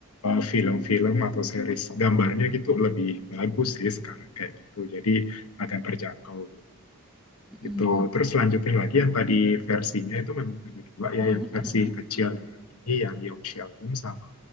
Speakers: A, on the left; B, in the centre.
A: eh, film-film atau series gambarnya gitu lebih bagus sih sekarang kayak gitu. Jadi agak terjangkau. gitu.
B: Mhm
A: gitu.
B: mhm.
A: Terus lanjutin
B: Oh.
A: lagi yang tadi versinya itu memang ada dua ya,
B: Heeh
A: yang versi
B: heeh.
A: kecilnya ini yang Young Sheldon sama